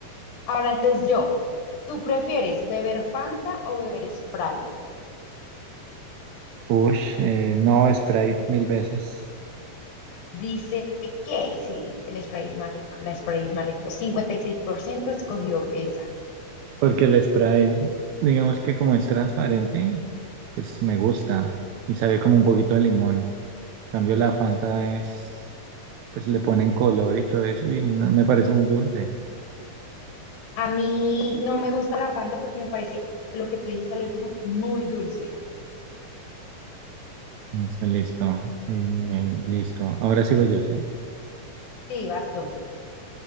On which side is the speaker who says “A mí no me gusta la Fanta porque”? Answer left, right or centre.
Left